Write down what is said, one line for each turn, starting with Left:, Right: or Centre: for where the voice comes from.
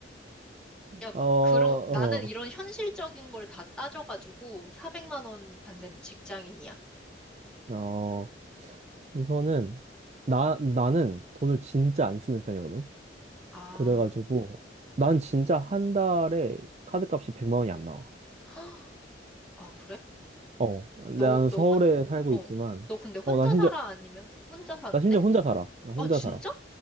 Centre: 야, 그,
Right: 어, 어.
Centre: 그런 나는 이런 현실적인 걸 다 따져가지고 400만 원 받는 직장인이야.
Right: 어, 우선은, 나, 나는 돈을 진짜 안 쓰는 편이거든.
Centre: 아,
Right: 그래가지고, 난 진짜 한 달에 카드값이 100만 원이 안 나와.
Centre: <gasps> 아 그래?
Right: 어,
Centre: 너,
Right: 난
Centre: 너
Right: 서울에
Centre: 혼,
Right: 살고
Centre: 어,
Right: 있지만,
Centre: 너 근데 혼자
Right: 어, 난 심지어,
Centre: 살아? 아니면 혼자 사는데?
Right: 나 심지어 혼자 살아. 나 혼자
Centre: 아, 진짜?
Right: 살아.